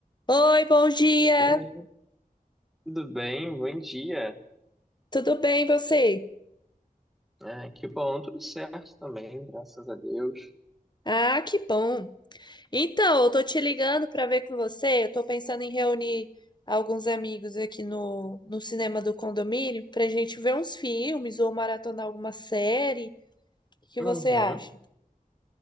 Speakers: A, on the left; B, in the centre.
A: Oi, bom dia.
B: Oi, Tudo bem? Bom dia.
A: Tudo bem, você?
B: Ah, que bom, tudo certo também, graças a Deus.
A: Ah, que bom. Então, eu tô te ligando para ver com você. Eu tô pensando em reunir alguns amigos aqui no, no cinema do condomínio pra gente ver uns filmes ou maratonar alguma série. O que
B: Uhum.
A: você acha?